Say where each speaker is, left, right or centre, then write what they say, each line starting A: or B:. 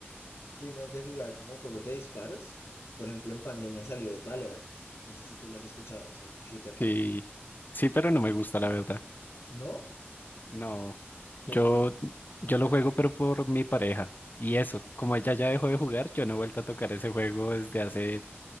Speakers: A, on the left; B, on the left.
A: fui más de jugar como juegos de disparos. Por ejemplo, en pandemia salió Valorant. No sé si tú lo has escuchado, es un shooter táctico.
B: Sí, sí, pero no me gusta, la verdad.
A: ¿No?
B: No,
A: Porque,
B: yo, yo lo juego, pero por mi pareja. Y eso, como ella ya dejó de jugar, yo no he vuelto a tocar ese juego desde hace